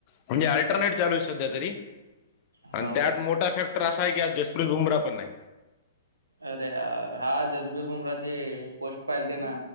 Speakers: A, on the left; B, on the right.
A: म्हणजे अल्टरनेट
B: हो
A: चालू ये सध्या तरी
B: हो
A: आन त्यात मोठा फॅक् <unintelligible> टा्रास आहे कि आज जसप्रीत बुमरा पण नाही.
B: अरे यार, हा जसबीर बुमराचे पोस्ट पाहिलते ना.